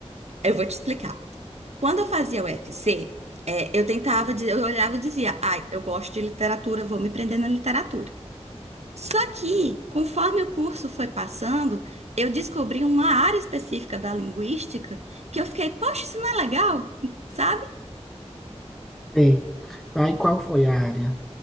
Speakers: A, on the right; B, in the centre.
A: Eu vou te explicar. Quando eu fazia UFC, é, eu tentava, dizer- eu olhava e dizia, ai, eu gosto de literatura, vou me prender na literatura. Só que, conforme o curso foi passando, eu descobri uma área específica da linguística que eu fiquei, poxa, isso não é legal, sabe?
B: Sei. Aí qual foi a área?